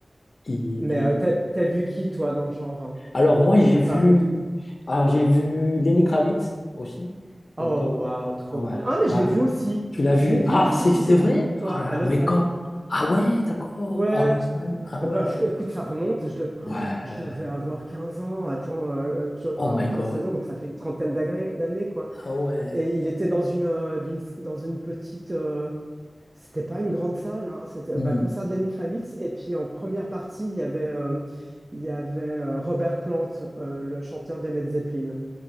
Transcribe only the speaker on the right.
Mais
euh,
t'as, t'as vu qui, toi, dans le genre, hein
à
part
Oh,
waouh, trop
bien. Ah, mais
je l'ai vu aussi.
Je l'ai vu
aussi,
figure-toi,
à
Lausanne.
Ouais.
Eh
ben, pff, écoute, ça remonte. Je, de- Oh,
je devais avoir 15 ans. Attends, euh, euh, tu vas avoir
15-16 ans, donc ça fait une trentaine d'agré- d'années, quoi.
Et il était dans une, euh, d'une- dans une petite... euh, C'était pas une grande salle, hein. C'était
bah, concert de Lenny Kravitz. Et puis, en première partie, il y avait... euh, Il y avait euh, Robert Plant, euh, le chanteur de Led Zeppelin.